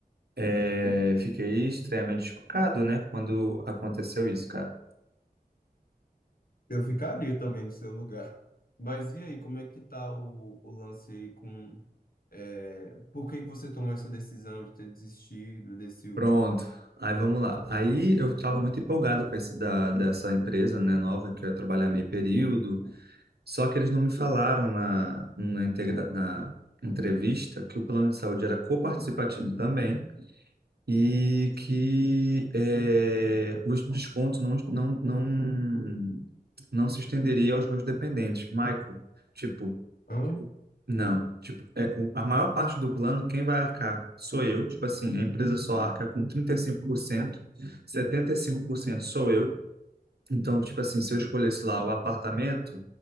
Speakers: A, on the right; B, on the left.
A: é, fiquei extremamente chocado, né, quando aconteceu isso, cara.
B: Eu ficaria também no seu lugar. Mas e aí, como é que tá o, o lance aí com... é, por que que você tomou essa decisão de ter desistido desse último?
A: Pronto, aí vamos lá. Aí eu estava muito empolgado com esse da, dessa empresa, né, nova, que eu ia trabalhar meio período, só que eles não me falaram na, na, integra, na entrevista que o plano de saúde era coparticipativo também e que é, o desconto não, não, não, não se estenderia aos meus dependentes. Michael, tipo,
B: Hã?
A: Não, tipo, é, o- a maior parte do plano, quem vai arcar sou eu, tipo assim, a empresa só arca com 35%, 75% sou eu. Então, tipo assim, se eu escolhesse lá o apartamento,